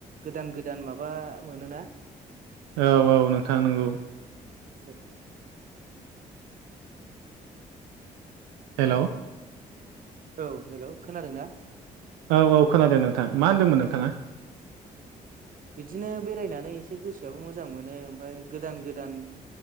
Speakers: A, on the right; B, on the right.
A: गोदान गोदान माबा मोनोना।
B: औ औ नोंथां नंगौ।
A: एसे
B: हेलौ
A: औ हेल' खोनादों ना?
B: औ औ खोनादों नोंथां मा होनदोंमोन नोंथाङा?
A: बिदिनो बेरायनानै एसे गोसोआबो मोजां मोनो ओमफफ्राय गोदान गोदान।